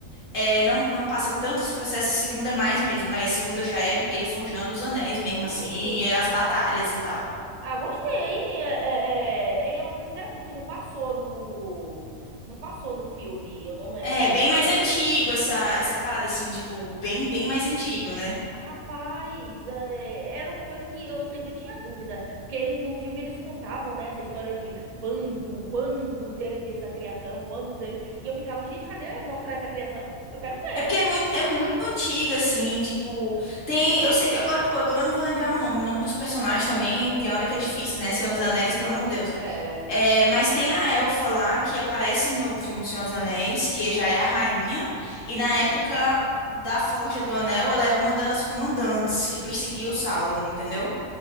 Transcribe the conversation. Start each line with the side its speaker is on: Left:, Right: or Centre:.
Left: é, não, não passa tanto esse processo, a segunda é mais mesmo. Aí a segunda já é ele forjando os anéis mesmo,
Right: Ai,
Left: assim,
Right: gente.
Left: e as batalhas e tal.
Right: Ah, gostei. É, é, é é uma coisa interessante que não passou no não passou no filme. Eu não lembro.
Left: É, bem mais antigo essa, essa parada, assim, tipo, bem, bem mais antigo, né?
Right: Rapaz, é, era uma coisa que eu sempre tinha dúvida, porque ele, no filme eles contavam, né, essa história de quando, quando teve essa criação, quando teve, e eu ficava, gente, cadê mostrar essa criação? Eu quero ver.
Left: É porque é muito, é muito antiga, assim, tipo, tem, eu sei que agora, pô, agora eu não vou lembrar o nome, o nome dos personagens também, tem
Right: Não,
Left: hora que é difícil, né,
Right: eu
Left: Senhor
Right: sou
Left: dos
Right: ruim
Left: Anéis,
Right: de
Left: pelo
Right: nome.
Left: amor de Deus.
Right: É.
Left: É, mas tem a Elfa lá, que aparece no filme do Senhor dos Anéis, que já é a rainha, e na
Right: Hum.
Left: época da Forja do Anel, ela é uma das comandantes que perseguia o Sauron, entendeu?